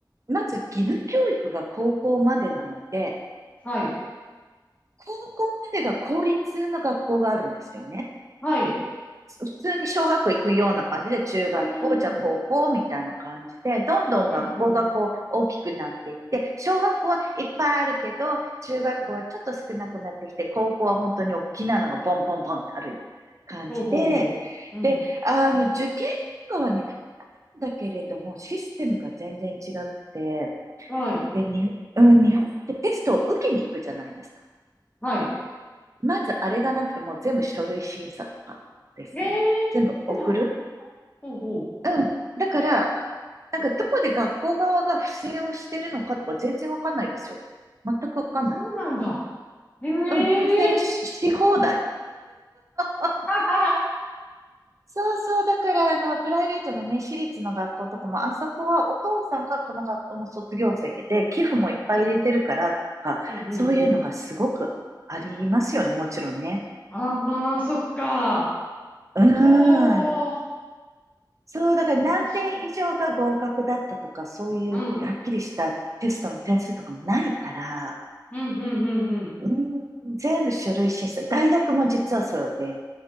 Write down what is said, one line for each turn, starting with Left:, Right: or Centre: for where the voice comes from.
Right: まず義務教育が高校までなので、
Left: はい。
Right: 高校までが公立の学校があるんですよね。
Left: はい。
Right: 普通に小学校行くような感じで、中学校、
Left: うーん。
Right: じゃあ高校みたいな感じで、
Left: うん、
Right: どんどん学校がこう大きくなっていって、
Left: うん。
Right: 小学校はいっぱいあるけど、中学校はちょっと少なくなってきて、
Left: うん。
Right: 高校は本当に大きなのがボンボンボンってある感じで、
Left: ほうほうほう。うん。
Right: で、あの、受験とかはね、だけれども、システムが全然違くて、
Left: はい。
Right: で、に、うん、日本ってテストを受けに行くじゃないですか。
Left: はい。
Right: まずあれがなくてもう全部書類審査とかですね。
Left: ええなる
Right: 全部送る。
Left: ほど。
Right: うん。だから、なんかどこで学校側が不正をしてるのかとか全然わかんないですよ。全くわかんない。
Left: そうなんだ。え
Right: うん、不正し、
Left: え
Right: し放題。あ、
Left: はは。
Right: そうそう。だから、あの、プライベートのね、私立の学校とかも、あそこはお父さんがこの学校の卒業生で、寄付もいっぱい入れてるからとか、
Left: うん、うん、うん、
Right: そういうのがすごくありますよね、
Left: うん。
Right: もちろんね。
Left: あまあ、そっか。
Right: うーん。
Left: ほう。
Right: そう、だから何点以上が合格だったとか、
Left: 面白い。
Right: そういうはっきりしたテストの点数とかもないから、
Left: うん、うん、うん、うん、うん。
Right: うん、全部書類審査。大学も実はそうで、